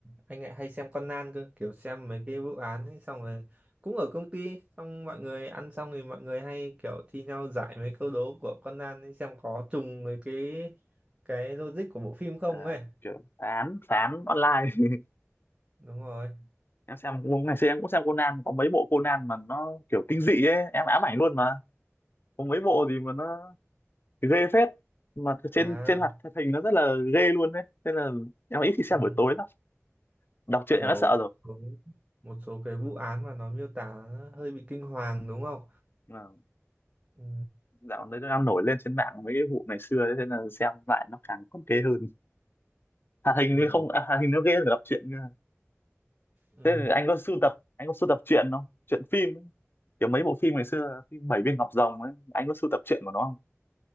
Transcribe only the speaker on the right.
anh lại hay xem Conan cơ, kiểu xem mấy cái vụ án ấy, xong rồi cũng ở công ty, xong mọi người ăn xong thì mọi người hay kiểu thi nhau giải mấy câu đố của Conan ấy, xem có trùng với cái cái logic của bộ phim không
ấy.
Đúng rồi.
À.
ừ.
kiểu
có một số cái vụ án mà nó miêu tả nó hơi bị kinh hoàng đúng không?
Ừ,
ừ,
ừ.